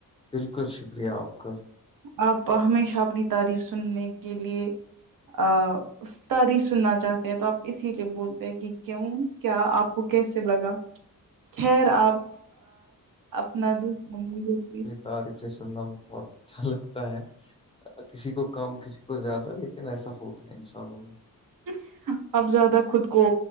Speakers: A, on the left; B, on the right.
A: بالکل شکریہ آپ کا
B: آپ ہمیشہ اپنی تعریف سننے کے لیے آ اسر ہی سننا چاہتے ہیں تو آپ اسی لیے بولتے ہیں کہ کیوں کیا آپ کو کیسے لگا خیر آپ اپنا دھ مگے پ
A: تعریف سے سننا بہت اچھا لگتا ہے کسی کو کم کسی کو زیادہ ل ن ایسا ہوتا ہے انسانوں میں
B: ہاں <unintelligible> آپ زیادہ خود کو